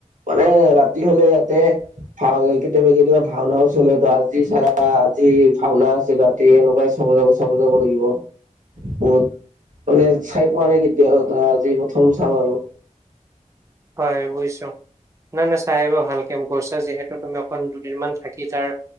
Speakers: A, on the right; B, on the right.
A: মানে ৰাতি হলে ইয়াতে ভাও কেতিয়াবা কেতিয়াবা ভাওনাও চলে তো আজি চাৰ আজি ভাওনা আছে ৰাাতি এনেকুৱাই চাব যাব চাব যাব লাগিব কত মানে চাই পোৱা নাই কেতিয়া ধৰা আজি প্ৰথম চাম আৰু
B: হয় বুইছো নাই নাই চাই আহিবা ভালকে গৈছা যিহেতু তুমি অকণ দুদিনমান থাকি তাৰ